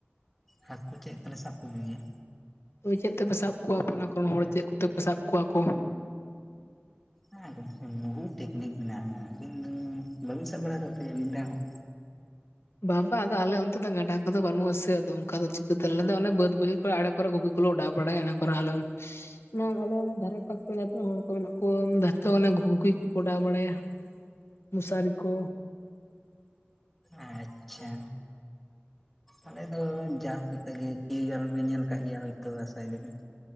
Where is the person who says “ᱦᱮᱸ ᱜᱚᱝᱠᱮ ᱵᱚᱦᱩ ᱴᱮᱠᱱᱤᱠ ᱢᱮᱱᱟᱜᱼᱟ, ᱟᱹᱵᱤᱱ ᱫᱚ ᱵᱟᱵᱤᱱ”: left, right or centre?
Centre